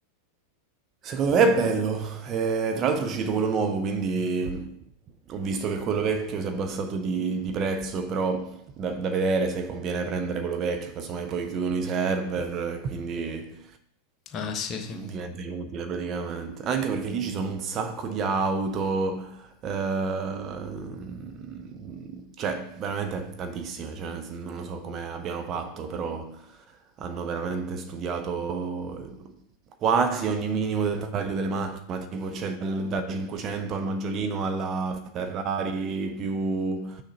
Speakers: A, on the right; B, on the left.
A: Secondo me è bello. Eh, tra l'altro è uscito quello nuovo, quindi ho visto che quello vecchio si è abbassato di, di prezzo, però da, da vedere se conviene prendere quello vecchio, casomai poi chiudono i server, eh, quindi
B: Eh sì, sì.
A: diventa inutile praticamente. Anche perché lì ci sono un sacco di auto, Ehm, cioè, veramente tantissime, cioè, nel sen- non lo so come abbiano fatto, però hanno veramente studiato quasi ogni minimo dettaglio delle macchine, ma tipo c'è dal, dal 500 al Maggiolino alla Ferrari più,